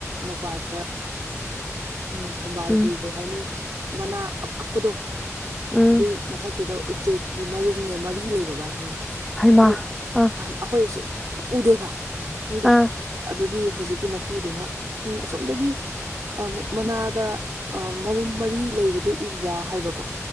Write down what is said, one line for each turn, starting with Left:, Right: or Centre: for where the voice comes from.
Right: ꯃꯄꯥꯗ ꯎꯝ ꯊꯝꯕꯥꯜꯒꯤ
Centre: ꯎꯝ
Right: ꯀꯩ ꯍꯥꯏꯅꯤ ꯃꯅꯥ ꯑꯄꯥꯛꯄꯗꯣ
Centre: ꯎꯝ
Right: ꯑꯗꯨꯏ ꯃꯊꯛꯇꯨꯗ ꯎꯆꯦꯛꯀꯤ ꯃꯔꯨꯝꯅꯦ ꯃꯔꯤ ꯂꯩꯕ ꯕꯥꯏ ꯈꯪꯕ꯭ꯔꯥ
Centre: ꯍꯩꯃꯥ
Right: ꯑꯩ
Centre: ꯑꯥ
Right: ꯑꯩꯈꯣꯏ ꯁꯨꯛ ꯎꯗꯦꯕ ꯑꯩ ꯗ
Centre: ꯑꯥ
Right: ꯑꯗꯨꯒꯤ ꯍꯧꯖꯤꯛꯀꯤ ꯃꯄꯨꯗꯨꯅ ꯎꯝ ꯑꯁꯣꯝꯗꯒꯤ ꯑ ꯃꯅꯥꯗ ꯑ ꯃꯔꯨꯝ ꯃꯔꯤ ꯂꯩꯕꯗꯨ ꯎꯕ꯭ꯔꯥ ꯍꯥꯏꯕꯀꯣ